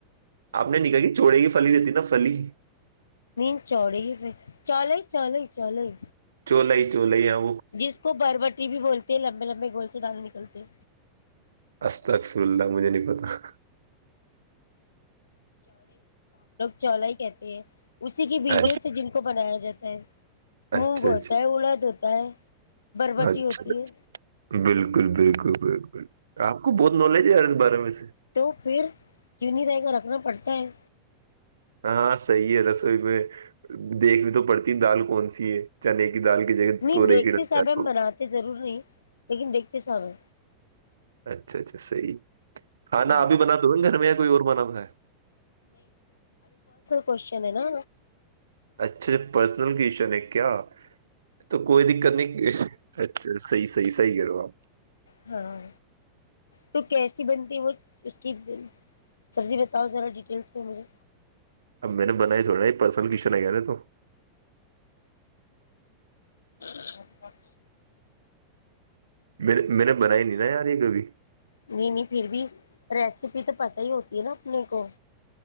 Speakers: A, on the right; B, on the left.
A: آپ نے نکاح کی چوڑے گی فلی دیتی نا کلی
B: ند چوڑی پھر چلئی چلے چلئی
A: چوول ہی چوول ہی آؤ
B: جس کو بربٹی بھی بولتے ہیں لمبے لمبے گول سے دان نکلتے
A: استغفر اللہ مجھے <inaudible>
B: چلا ہی کہتی ہے اسی کے بیج
A: کچھ
B: ہوتے جن کو بنایا جاتا ہ موگ
A: اچھا
B: ہوتا
A: اچھا
B: ہے الد ہوتا ہے بربٹی
A: اچھا
B: ہوتی ہے
A: بالکل بالکل بالکل آپ کو بہت نالج ہےیار اس بارے سے
B: تو پھر کیوں نہیں رہے کر رکھنا پڑھتے ہیں
A: ہاں صحیح ہے رسوئی میں دیکھنی تو پڑتی دال کون سی ہے چنے کی دال کی جگہ
B: نہیں
A: تورے
B: دیکھتے
A: کی ڈال
B: صاحب
A: دال
B: ہم
A: کو
B: بناتے ضرور نہیں لیکن دیکھتے حسابیں
A: اچھا اچھا صحیح کھانا
B: ہے
A: آبھی بناے ہو گھر میں یا کوئی اور بناتا ہے
B: کوشن ہے نا
A: اچھے پرسنل کیش ن کیا تو کوئی دقت نہیں اچھا صحیح س سیح کر رہوا
B: ہاں تو کیسی بنتی وہ اس کی سبزی بتاؤ ذرا ڈیٹیلس میں مجھے
A: اب میں نے بنائی تھوڑی نہیں پرسنل کشن ہے کیا نے تو
B: <inaudible>
A: م میں نے بنائی نہیں نا یار یہ کبھی
B: نہیں نہیں پھر بھی ریسیپی تو پت ہی ہوتی ہے نا اپنے کو